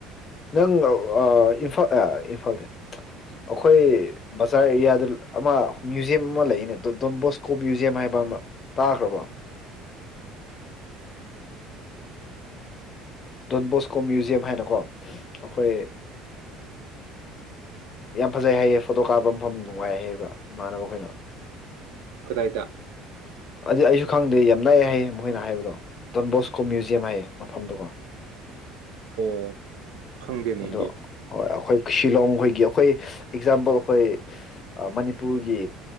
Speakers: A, on the left; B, on the right.
A: ꯅꯪ ꯏꯝꯐꯥ ꯏꯝꯐꯥꯜꯗ ꯑꯩꯈꯣꯏ ꯕꯖꯥꯔ ꯑꯦꯔꯤꯌꯥꯗ ꯑꯃ ꯃ꯭ꯌꯨꯖꯌꯝ ꯑꯃ ꯂꯩꯅꯦ ꯗꯣꯟꯕꯣꯁꯀꯣ ꯃ꯭ꯌꯨꯖꯌꯝ ꯍꯥꯏꯕ ꯑꯃ ꯇꯥꯈ꯭ꯔꯕ ꯗꯣꯟꯕꯣꯁꯀꯣ ꯃ꯭ꯌꯨꯖꯤꯌꯝ ꯍꯥꯏꯅꯀꯣ ꯑꯩꯈꯣꯏ ꯌꯥꯝ ꯐꯖꯩ ꯍꯥꯏꯌꯦ ꯐꯣꯇꯣ ꯀꯥꯞꯄ ꯃꯐꯝ ꯅꯨꯡꯉꯥꯏ ꯍꯥꯏꯌꯦꯕ ꯏꯃꯥꯟꯅꯕ ꯑꯩꯈꯣꯏꯅ
B: ꯈꯨꯗꯥꯏꯗ
A: ꯑꯗꯨ ꯑꯩꯁꯨ ꯈꯪꯗꯦ ꯌꯥꯝ ꯅꯛꯏꯑꯦ ꯍꯥꯏꯌꯦ ꯃꯈꯣꯏꯅ ꯍꯥꯏꯕꯗꯣ ꯗꯣꯟꯕꯣꯁꯀꯣ ꯃ꯭ꯌꯨꯖꯌꯝ ꯍꯥꯏꯌꯦ ꯃꯐꯝꯗꯨꯒꯣ
B: ꯑꯣ ꯈꯪꯗꯦꯅꯦ
A: ꯑꯗꯣ
B: ꯑꯩꯗꯤ
A: ꯍꯣꯏ ꯑꯩꯈꯣꯏ ꯁꯤꯂꯣꯡ ꯈꯣꯏꯒꯤ ꯑꯩꯈꯣꯏ ꯑꯦꯛꯖꯥꯝꯄꯜ ꯑꯩꯈꯣꯏ ꯃꯅꯤꯄꯨꯔꯒꯤ